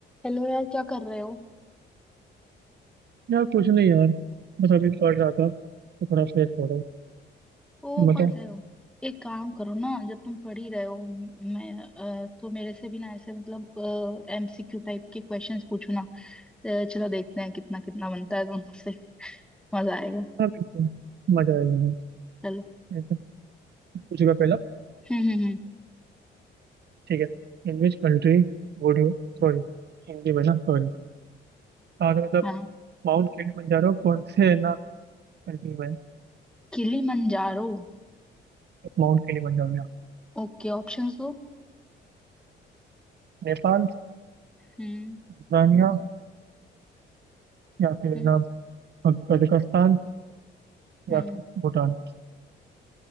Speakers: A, in the centre; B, on the right.
A: Hello यार क्या कर रहे हो
B: यार कुछ नहीं यार बस अभी पढ़ रहा था तो थोड़ा फ्रेश हो रहा हूँ
A: ओ
B: तुम बताओ
A: पढ़ रहे हो एक काम करो ना जब तुम पढ़ ही रहे हो म- मैं अ, तो मेरे से भी ना ऐसे मतलब एमसीक्यू टाइप के क्वेश्चंस पूछो ना अ, चलो देखते हैं कितना कितना बनता है दोनों से मजा आएगा
B: हाँ बिल्कुल मजा आएगा
A: चलो
B: ठीक है पूछेगा पहला
A: हम्म हम्म हम्म
B: ठीक है In which country would you sorry Hindi में ना सॉरी हाँ तो मतलब
A: हाँ
B: माउंट किलिमंजारो कौन से ना कंट्री में है?
A: किलिमंजारो
B: माउंट किलिमंजारो या
A: ओके ऑप्शंस दो
B: नेपाल
A: हम्म
B: tanzania या फिर
A: हम्म
B: ना कजाकिस्तान
A: हम्म
B: या फिर भूटान